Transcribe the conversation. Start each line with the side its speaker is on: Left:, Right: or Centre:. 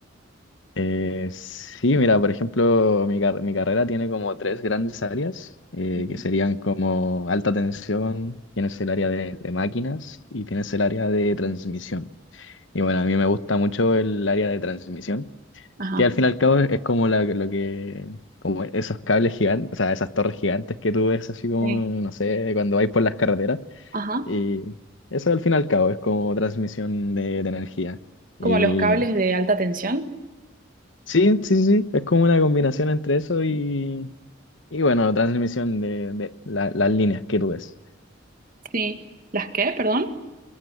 Left: Eh, sí, mira, por ejemplo, mi, car- mi carrera tiene como tres grandes áreas, eh,
Right: Ujú.
Left: que serían como alta tensión, tienes el área de, de máquinas y tienes el área de transmisión. Y bueno, a mí me gusta mucho el área de transmisión
Right: Ajá,
Left: Que al fin y al cabo es como la- lo que, como esos cables gigantes, o sea, esas torres gigantes que tú ves así como,
Right: Sí,
Left: no sé, cuando vais por las carreteras.
Right: ajá.
Left: Y eso al fin y al cabo es como transmisión de, de energía.
Right: ¿Como
Left: Y
Right: los cables de alta tensión?
Left: sí, sí, sí, sí, es como una combinación entre eso y, y bueno, transmisión de, de la- las líneas que tú ves.
Right: sí. ¿Las qué, perdón?